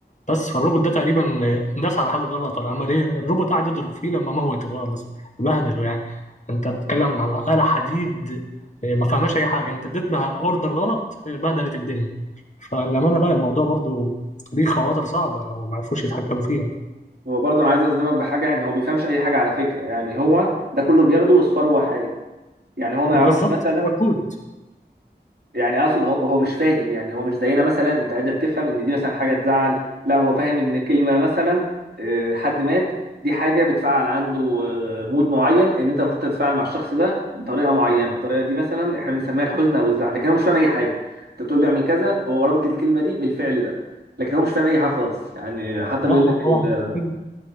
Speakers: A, on the left; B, on the right.
A: بس فالروبوت ده تقريبا داس على حاجة غلط ولا عمل إيه الروبوت قعد يضرب فيه لما موته خالص بهدله يعني أنت بتتكلم على آلة حديد اه، ما فهماش أي حاجة أنت اديت لها أوردر غلط اه، بهدلت الدنيا فالأمانة لا الموضوع برضو دي خواطر صعبة لو ما عرفوش يتحكموا فيها
B: هو برضه انا عايز اصدمك بحاجه يعني هو بيفهمش اي حاجه على فكره يعني هو ده كله بياخده اصفار وحي يعني هو ما
A: ما
B: يعرفش
A: بالظبط
B: مثلا
A: هو الكود
B: يعني اقصد هو هو مش فاهم يعني هو مش زينا مثلا انت قادر تفهم ان دي مثلا حاجه تزعل لا هو فاهم ان كلمه مثلا آه، حد مات دي حاجه بتفعل عنده آه، مود معين ان انت المفروض تتفاعل مع الشخص ده بطريقه معينه الطريقه دي مثلا احنا بنسميها الحزن او الزعل لكن هو مش فاهم اي حاجه انت بتقول له اعمل كذا هو رابط الكلمه دي بالفعل ده لكن هو مش فاهم اي حاجه خالص يعني حتى
A: لا
B: بيقول
A: هو
B: لك
A: طبعا
B: ال-
A: مستحيل